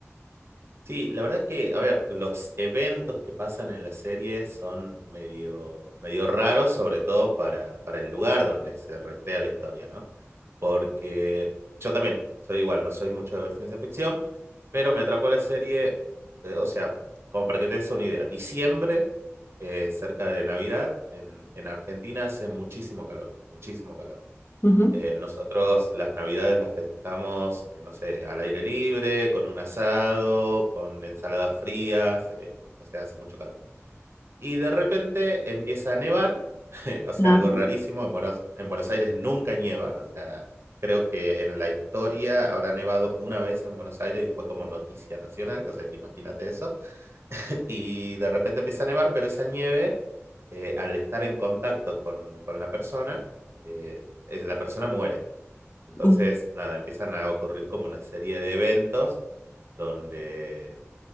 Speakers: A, on the right; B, on the left.
A: Sí, la verdad que, a ver, los eventos que pasan en la serie son medio, medio raros, sobre todo para, para el lugar donde se recrea la historia, ¿no? Porque yo también soy igual, no soy mucho de ver ciencia ficción, pero me atrapó la serie, eh, o sea, como para que te des una idea, diciembre, eh, cerca de Navidad, en, en Argentina hace muchísimo calor, muchísimo calor.
B: Ujú.
A: Eh, nosotros las Navidades las festejamos, eh, no sé, al aire libre, con un asado, con ensaladas frías, eh, o sea, hace mucho calor. Y de repente empieza a nevar, <laughs> o sea,
B: Ajá.
A: algo rarísimo, en Buenos, en Buenos Aires nunca nieva, o sea, creo que en la historia habrá nevado una vez en Buenos Aires y fue como noticia nacional, o sea, que imagínate eso. <laughs> Y de repente empieza a nevar, pero esa nieve, eh, al estar en contacto con, con la persona, eh, es- la persona muere. Entonces,
B: Ujú.
A: nada, empiezan a ocurrir como una serie de eventos donde